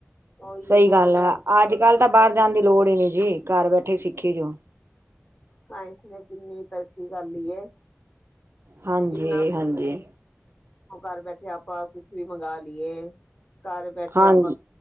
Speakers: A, on the left; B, on the right.
A: ਉਹੀ
B: ਸਹੀ
A: ਨਾ
B: ਗੱਲ
A: ਮੈਂ ਕਿਹਾ
B: ਹੈ ਅੱਜ ਕੱਲ ਤਾਂ ਬਾਰ ਜਾਣ ਦੀ ਲੋੜ ਹੀ ਨੀ ਜੀ ਘਰ ਬੈਠੇ ਸਿੱਖੀ ਜੋ
A: ਸਾਈਂਸ ਨੇ ਕੀਨੀ ਤਰੱਕੀ ਕਰ ਲੀ ਏ
B: ਹਾਂਜੀ-ਹਾਂਜੀ।
A: ਕਿੰਨਾ ਕੁਛ ਘਰ ਬੈਠੇ ਆਪਾਂ ਕੁਛ ਵੀ ਮੰਗ ਲੀਏ ਘਰ ਬੈਠੇ
B: ਹਾਂ
A: ਆਪਾਂ